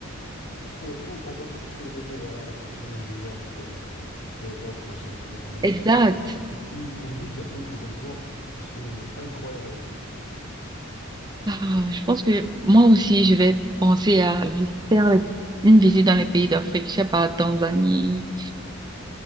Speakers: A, on the left; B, on the right.
A: parce qu'on tout- on voit toujours sur les réseaux, voilà, les machins, New York, euh, Europe, machin, truc, nana.
B: Exact.
A: Qu'on oublie, qu'on oublie qu'il y a d'autres endroits qui sont incroyables à visiter.
B: Ah, je pense que moi aussi, je vais penser à vi- faire les- une visite dans les pays d'Afrique. Je sais pas, Tanzanie,